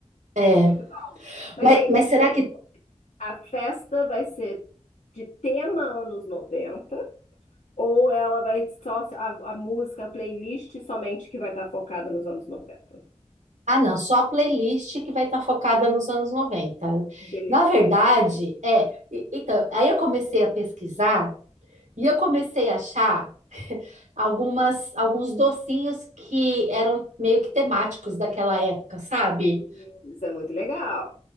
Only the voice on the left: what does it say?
muito. bom. Mas
aí,
me diz
um
pouco, a festa vai ser de tema anos noventa. Ou ela vai só a, a música, a playlist somente que vai estar focada nos anos noventa.
Beleza,
isso significa.
Hum, Isso é muito legal.